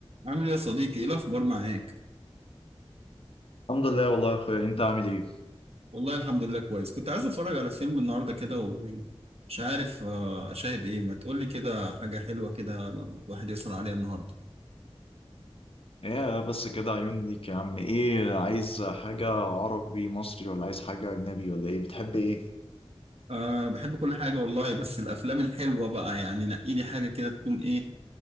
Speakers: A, on the right (about 70°); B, on the left (about 65°).
A: عامل ايه يا صديقي ايه الاخبار معاك
B: الحمد لله والله يا اخويا انت عامل ايه؟
A: والله الحمد لله كويس كنت عايز اتفرج على فيلم النهارده كده ومش عارف آه، اشاهد ايه ما تقولي كده حاجه حلوه كده الواحد يسهر عليها النهارده
B: ايه بس كده عيوني ليك يا عم ايه عايز حاجة عربي مصري ولا عايز حاجة اجنبي ولا ايه بتحب ايه؟
A: أه بحب كل حاجه والله بس الافلام الحلوه بقى يعني نقي لي حاجه كده تكون ايه